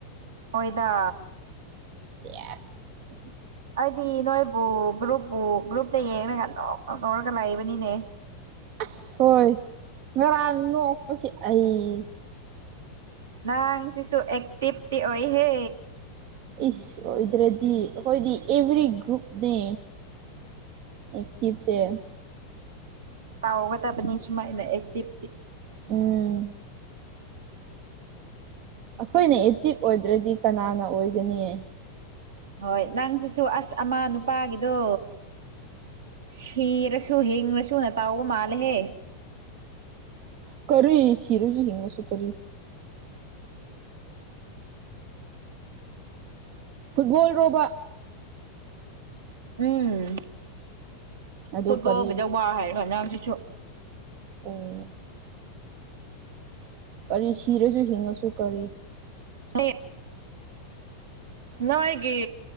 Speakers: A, on the right (about 65°); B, on the right (about 45°).
A: ꯑꯣꯏꯗ
B: ꯑꯦꯁ
A: ꯑꯩꯗꯤ ꯅꯣꯏꯕꯨ ꯒ꯭ꯔꯨꯞꯄꯨ ꯒ꯭ꯔꯨꯞꯇ ꯌꯦꯡꯉꯒꯥ ꯅꯣꯛꯄ ꯂꯧꯔꯒ ꯂꯩꯥꯏꯕꯅꯤꯅꯦ
B: ꯑꯁ ꯍꯣꯏ ꯉꯔꯥꯡ ꯅꯣꯛꯄꯁꯤ ꯑꯩꯁ
A: ꯅꯡ ꯁꯤꯁꯨ ꯑꯦꯛꯇꯤꯞꯇꯤ ꯑꯣꯏꯍꯦ
B: ꯏꯁ ꯑꯣꯏꯗ꯭ꯔꯗꯤ ꯑꯩꯈꯣꯏꯗꯤ ꯑꯦꯚ꯭ꯔꯤ ꯒ꯭ꯔꯨꯞꯅꯦ ꯑꯦꯛꯛꯇꯤꯚꯁꯦ
A: ꯇꯥꯎꯑꯣꯒꯕꯅꯤꯁꯨꯨꯃꯥꯏꯅ ꯑꯦꯛꯇꯤꯚꯇꯤ
B: ꯎꯝ ꯑꯩꯈꯣꯏꯅ ꯑꯦꯛꯇꯤꯞ ꯑꯣꯏꯗ꯭ꯔꯗꯤ ꯀꯅꯥꯅ ꯑꯣꯏꯒꯅꯤꯌꯦ
A: ꯍꯣꯏ ꯅꯪ ꯁꯤꯁꯨ ꯑꯁ ꯑꯃꯥ ꯅꯨꯄꯥꯒꯤꯗꯣ ꯁꯤꯔꯁꯨ ꯍꯤꯡꯉꯁꯨ ꯅ ꯇꯥꯎꯕ ꯃꯥꯜꯂꯦꯍꯦ
B: ꯀꯔꯤ ꯁꯤꯔꯁꯨ ꯍꯤꯡꯂꯁꯨ ꯀꯔꯤ ꯐꯨꯠꯕꯣꯜ ꯔꯣꯕ
A: ꯎꯝ
B: ꯑꯗꯨ
A: ꯐꯨꯠꯕꯣꯜꯒꯤꯗ
B: ꯀꯔꯤ
A: ꯋꯥ ꯍꯥꯏꯔꯣ ꯅꯪꯁꯤꯁꯨ
B: ꯑꯣ ꯀꯔꯤ ꯁꯤꯔꯁꯨ ꯍꯤꯡꯉꯁꯨ ꯀꯔꯤ
A: ꯅꯦ ꯅꯣꯏꯒꯤ